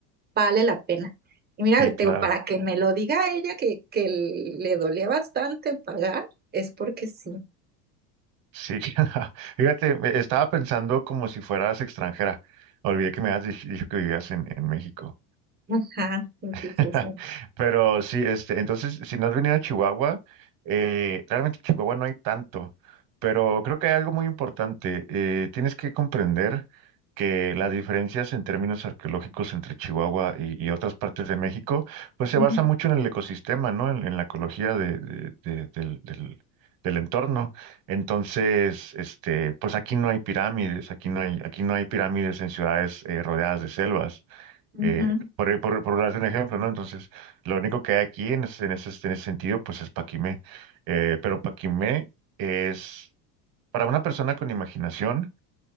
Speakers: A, on the right (about 20°); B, on the right (about 50°).
A: vale la pena. Y mira,
B: Sí,
A: te
B: claro.
A: digo, para que me lo diga ella que, que le dolía bastante pagar, es porque sí.
B: Sí, <laughs> fíjate, me- estaba pensando como si fueras extranjera. Olvidé que me habías dich- dicho que vivías en, en México.
A: Ajá, sí, sí,
B: <laughs>
A: sí, sí.
B: Pero sí, este, entonces, si no has venido a Chihuahua, eh, realmente en Chihuahua no hay tanto, pero creo que hay algo muy importante. eh, tienes que comprender que las diferencias en términos arqueológicos entre Chihuahua y, y otras partes de México, pues se
A: Ujú,
B: basa mucho en el ecosistema, ¿no? En, en la ecología de- de- de- del, del- del entorno. Entonces, este, pues aquí no hay pirámides, aquí no hay, aquí no hay pirámides en ciudades eh, rodeadas de selvas
A: ujú,
B: eh, por, eh, por, por darte un ejemplo, ¿no? Entonces, lo único que hay aquí en ese, en ese, en ese sentido, pues es Paquimé. Eh, pero Paquimé es, para una persona con imaginación,